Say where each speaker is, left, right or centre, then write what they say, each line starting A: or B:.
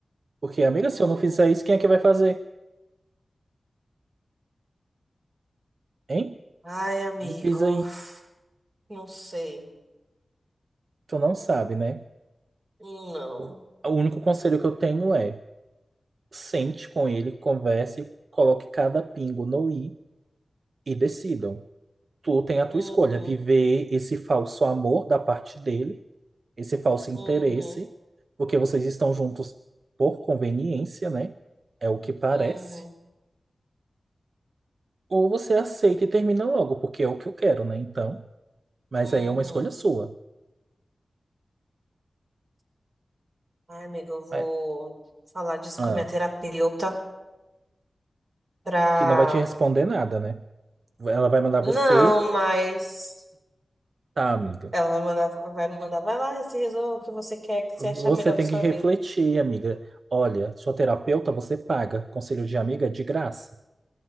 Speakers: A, on the right (about 70°); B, on the right (about 55°).
A: Porque, amiga,
B: Uhum.
A: se eu não fizer isso, quem é que vai fazer? Hein?
B: Ai, amigo,
A: Me diz aí.
B: não sei.
A: Tu não sabe, né?
B: Não.
A: O, o único conselho que eu tenho é sente com ele, converse, coloque cada pingo no i e decidam. Tu tem a tua
B: Uhum,
A: escolha, viver esse falso amor da parte dele, esse falso interesse,
B: uhum,
A: porque vocês estão juntos por conveniência, né? É o que parece.
B: uhum,
A: Ou você aceita e termina logo, porque é o que eu quero, né? Então, mas
B: uhum,
A: aí é uma escolha
B: uhum.
A: sua.
B: Ai, amiga, eu vou
A: É,
B: falar disso
A: ah,
B: com a minha terapeuta pra.
A: que não vai te responder nada, né? Ela vai mandar
B: Não,
A: você,
B: mas
A: tá, amiga.
B: ela vai mandar, vai mandar, vai lá, se resolva o que você quer, que você
A: Você
B: achar melhor
A: tem
B: pra sua
A: que refletir,
B: vida.
A: amiga. Olha, sua terapeuta você paga. Conselho de amiga é de graça.